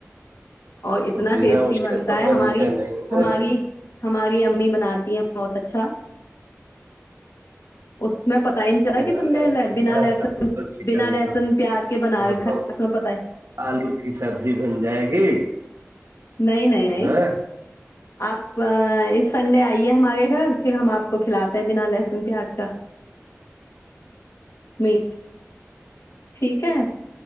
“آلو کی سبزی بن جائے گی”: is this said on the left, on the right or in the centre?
Right